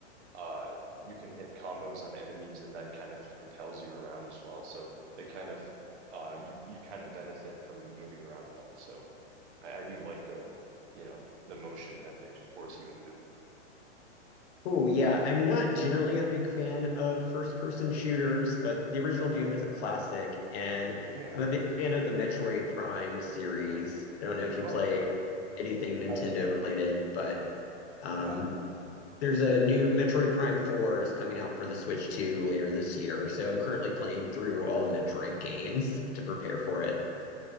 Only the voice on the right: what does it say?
uh you can hit combos on enemies and that kind of propels you around as well. So they kind of uh you you kind of benefit from moving around a lot. So I, I do like the you know the motion that they force you into.
Yeah.
Oh,
okay.
I
yeah.